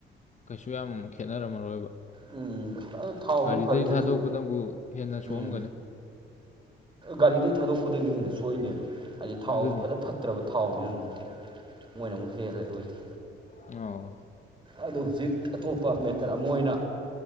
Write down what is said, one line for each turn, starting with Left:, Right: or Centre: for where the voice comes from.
Left: ꯀꯩꯁꯨ ꯌꯥꯝ ꯈꯦꯠꯅꯔꯝꯃꯔꯣꯏꯕ
Right: ꯎꯝ ꯑꯗꯨ ꯊꯥꯎꯁꯨ
Left: ꯒꯥꯔꯤꯗꯒꯤ
Right: ꯐꯔꯤꯉꯩꯁꯨ
Left: ꯊꯥꯗꯣꯛꯄꯅꯕꯨ ꯍꯦꯟꯅ ꯁꯣꯛꯑꯝꯒꯅꯤ
Right: ꯎꯝ ꯒꯥꯔꯤꯗꯒꯤꯩ ꯊꯥꯗꯣꯛꯄꯗꯒꯤ ꯍꯦꯟꯅ ꯁꯣꯛꯏꯅꯦꯕ ꯍꯥꯏꯗꯤ ꯊꯥꯎꯁꯨ
Left: ꯑꯗꯨꯅꯦ
Right: ꯐꯖ ꯐꯠꯇ꯭ꯔꯕ ꯊꯥꯎꯅꯤꯅꯅ ꯃꯣꯏꯅ ꯑꯃꯨꯛ ꯍꯦꯜꯂꯦ ꯍꯧꯁꯛ
Left: ꯑ
Right: ꯑꯗꯣ ꯍꯧꯖꯤꯛ ꯑꯇꯣꯞꯄ ꯃꯦꯊꯠ ꯑꯃ ꯑꯣꯏꯅ